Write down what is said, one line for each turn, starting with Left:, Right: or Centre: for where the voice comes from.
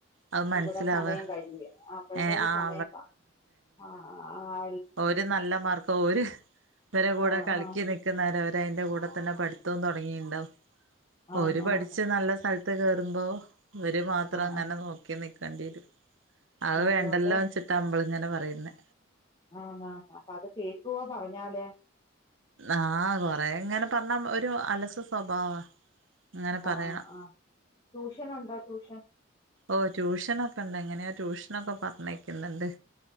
Right: അത് മനസ്സിലാവാ
Left: ഇവിടെ സമയം കഴിഞ്ഞു അപ്പഴ്ത്തേന്
Right: ഏഹ് ആഹ്
Left: സമയം ആ ആഹ് -
Right: ഒരു നല്ല മാർക്കം ഓരു വരെ കൂടെ
Left: ആഹ്
Right: കളിക്ക
Left: ആഹ്
Right: നിൽക്കുന്നവര അതിന്റെ കൂടെ തന്നെ പഠിത്തവും തുടങ്ങിയിണ്ടാവും ഓര്
Left: ആന്ന്
Right: പട്ച്ച്
Left: ആന്ന്
Right: നല്ല സ്ഥല ത്തെ കേറുമ്പോ ഓര് മാത്രം
Left: ആഹ്
Right: അങ്ങനെ
Left: ആഹ്
Right: നോക്കി നിക്ക് ണ്ടിയെരും. അ
Left: അതുകൊണ്ട്
Right: വേണ്ടല്ലോ വച്ചിട്ടാ നമ്മളിങ്ങനെ പറയുന്നേ
Left: ആന്ന് ആന്ന് അപ്പൊ അത് കേൾക്കുവോ പറഞ്ഞാല്
Right: ആ കൊറേ ഇങ്ങനെ പറഞ്ഞ ഒരു അലസ സ്വഭാവാ അങ്ങനെ പറയണം
Left: ആഹ് ആഹ് ആഹ് ട്യൂഷനുണ്ടോ ട്യൂഷൻ.
Right: ഓ ട്യൂഷനൊക്കെ ഇണ്ട്. എങ്ങനെയോ ട്യൂഷ്നൊക്കെ പറഞ്ഞയിക്ക്ന്ന്ണ്ട്.